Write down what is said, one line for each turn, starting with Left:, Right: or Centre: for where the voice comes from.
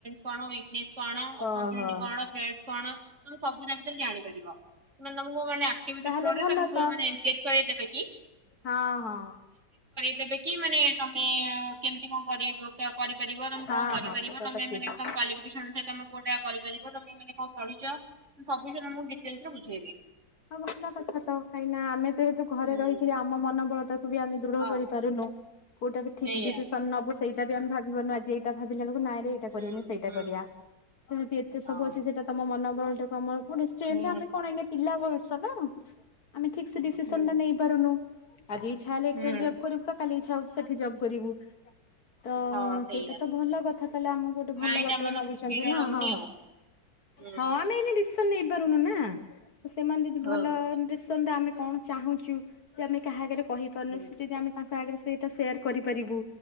Right: କଣ େସ୍ କଣ ଅପଚୁି
Left: ଓହୋ
Right: କଣ ସବୁ ତା ଭିତରେ ଜାଣିପାରିବ ମାନେ ତମକୁ ମାନେ ଆକ୍ଟିଥୋରେ
Left: ତାହେଲେ ଭଲ
Right: ତମକୁାନେ
Left: ତ
Right: ଏନଗେଜ୍ କରେଇ ଦେବେ କି?
Left: ହଁ ହଁ
Right: ଦେବେ କି ମାନେ। ତୁମେ କେମିତି କଣ କର କରିପାରିବ ତୁମେ
Left: ହଁ
Right: କଣ କରିପାରିବ
Left: ହଁ ସେଟା
Right: ତୁମେ
Left: ତ ଠିକ
Right: ମାନେ ତମ କ୍ୱାଲିଫିକେସନ ଅନୁସାରେ ତୁମେ କୋଉଟା କରିପାରିବ ତମେ ମାନ କଣ ପଢିଛ ସବୁ ଜ ମୁଁ ଡିଟେଲସ ରେ ବୁଝେଇବି।
Left: ମ କଥା ତ କାହିଁକି ନା ଆମେ ଯେହେତୁ ଘରେ
Right: ହୁଁ
Left: ରହିକିରି ଆମ ମନୋବଳଟା ବି ଆମେ ଦୃଢ
Right: ହଁ
Left: କରିପାରୁନୁ କୋଉଟା ବି ଠିକ
Right: ସେଇଆ।
Left: ଡିସିସନ ନବ ସେଇଟା ବି ଆେ ଭାବିବାରୁନୁ ଆଜି ଏଇଟା ଭାବିଲା ବଳ ନାଇଁରେ ଏଇଟା
Right: ହୁଁ
Left: କରିବାିବାନି ସେଇଟା
Right: ହୁଁ
Left: କରିବା ତ ଯଦି ଏତେ
Right: ହଁ।
Left: ସବୁ ଅଛି ସେଇଟା ତମ ମନୋବଳାକୁ ଆମର ଗୋଟେେନ୍
Right: ହୁଁ
Left: ଆମେ କଣ ଏ ପିଲା ବଛ ନା ଆମେ ଠିକ ସେ ଡିସିସନ
Right: ହୁଁ
Left: ଟା ନେଇ ପାରୁନୁ <inaudible> ଆଜି ଇଚ୍ଛା ହେଲେ
Right: ହୁଁ
Left: ଏଠ ଜବ କରିବୁ ତ କାଲି ଇଚଛା ହଉ ସେଠି ଜବ କରିବୁ। ତ
Right: ହଁ ସେଇଆ
Left: ସେଇଟା ତ ଭଲ କଥା ତାହଲେ ଆମକୁ ଗୋଟେ ଭଲ
Right: ମାଇଣ୍ଡ
Left: ବାଟରେ
Right: ଆମର
Left: ଭାବୁଛନ୍ତି
Right: ସ୍ଥିର
Left: ନା
Right: ରହୁନି
Left: ହଁ?
Right: ଆଉ। ହୁଁ
Left: ହଁ ଆମେ ଏ ସନ ନେଇ ପାରୁନୁ ନା ତ ସେମାନେ ଯଦି
Right: ହଁ
Left: ଭଲ ଆମେ କଣ ଚାହୁଁଛୁ ଆମେ କାହା ଆଗରେ କହିପାରୁନେ
Right: ହୁଁ
Left: ସେ ଯଦି ଆମେ ତାଙ୍କ ଆଗରେ? ସେଇଟା ସେୟାର କରିପାରିବୁ।